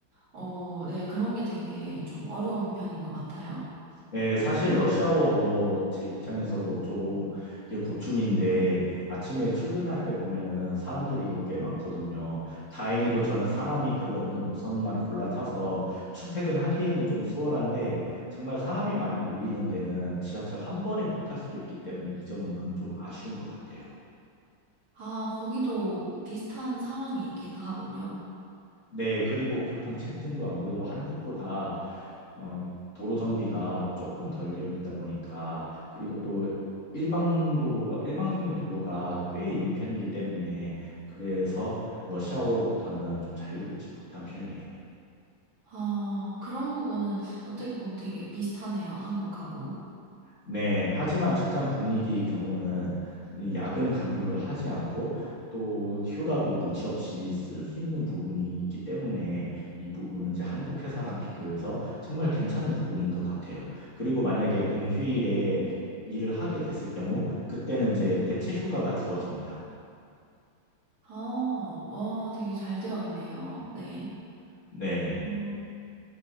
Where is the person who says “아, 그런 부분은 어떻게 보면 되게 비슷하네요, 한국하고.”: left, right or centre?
Right